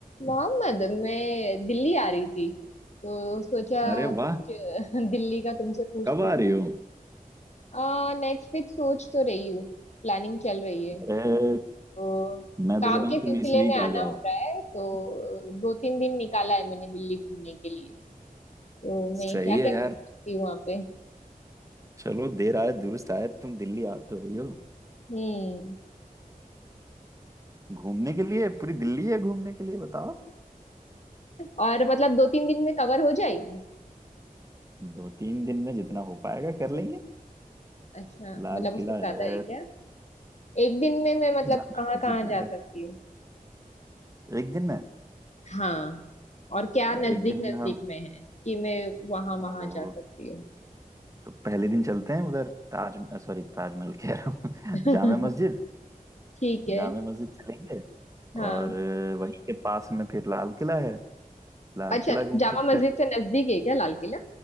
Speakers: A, on the left; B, on the right.
A: मोहम्मद मैं दिल्ली आ रही थी तो सोचा
B: अरे वाह
A: कुछ <laughs> दिल्ली का तुमसे पूछ
B: कब
A: लूं
B: आ रही हो
A: आ नेक्स्ट वीक सोच तो रही हूँ प्लानिंग चल रही है
B: अरे
A: तो
B: मैं
A: काम
B: तो कहता हूँ
A: के सिलसिले
B: तुम इस वीक
A: में आना
B: आ जाओ
A: हो रहा है तो दो तीन दिन निकाला है मैंने दिल्ली घूमने के लिए तो
B: सही
A: मैं क्या क्या
B: है यार
A: घूम सकती हूँ वहाँ पे
B: चलो देर आए दुरुस्त आए तुम दिल्ली आ तो रही हो
A: हम्म
B: घूमने के लिए पूरी दिल्ली है घूमने के लिए बताओ
A: <laughs> और मतलब दो तीन दिन में कवर हो जाएगी
B: दो तीन दिन में जितना हो पाएगा कर लेंगे
A: अच्छा
B: लाल
A: मतलब उससे
B: किला
A: ज्यादा
B: है
A: है क्या एक दिन में मैं मतलब
B: जामा
A: कहाँ
B: मस्जिद
A: कहाँ जा सकती
B: है
A: हूँ
B: एक दिन में
A: हाँ और क्या
B: अ,
A: नजदीक
B: एक दिन में
A: नजदीक
B: हम
A: में है कि मैं वहां
B: ओ,
A: वहां जा सकती हूँ
B: तो पहले दिन चलते हैं उधर ताज सॉरी ताजमहल कह रहा हूँ
A: <laughs>
B: <laughs> जामा मस्जिद
A: ठीक है
B: जामा मस्जिद चलेंगे
A: हाँ
B: और अ, वहीं के पास में फिर लाल किला है लाल
A: अच्छा
B: किला घूम
A: जामा
B: सकते
A: मस्जिद
B: हैं
A: से नजदीक है क्या लाल किला